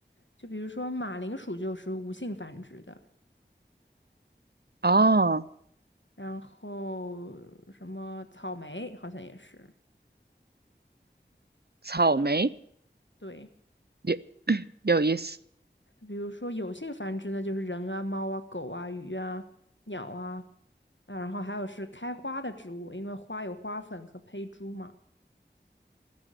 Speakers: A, on the left; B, on the right.
A: 就比如说马铃薯就是无性繁殖的，
B: 哦，
A: 然后什么草莓好像也是，
B: 草莓
A: 对。
B: 有 <clears throat> 有意思，
A: 比如说有性繁殖呢，就是人啊、猫啊、狗啊、鱼啊、鸟啊，啊，然后还有是开花的植物，因为花有花粉和胚珠嘛，